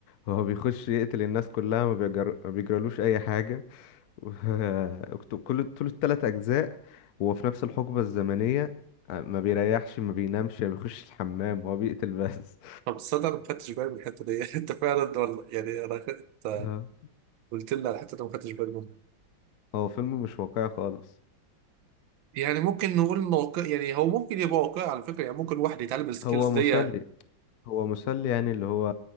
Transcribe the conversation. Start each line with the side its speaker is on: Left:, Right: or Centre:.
Left: هو بيخش يقتل الناس كلها ما بيجر... ما بيجرالوش اي حاجه <laughs> و- وكت- كل طول الثلاث اجزاء هو في نفس الحقبه الزمنيه آه، ما بيريحش ما بينامش ما بيخش الحمام هو بيقتل بس
Right: طب صدق انا ما خدتش بالي من الحته دي <laughs> انت فعلا ولا يعني انا خدت-
Left: <laughs> اه
Right: قلت لي على الحته دي ما خدتش بالي
Left: هو فيلم مش واقعي خالص
Right: يعني ممكن نقول واقع يعني هو ممكن يبقى واقعي على فكره يعني ممكن واحد يتعلم السكيلز
Left: هو
Right: دي
Left: مسلي هو مسلي يعني اللي هو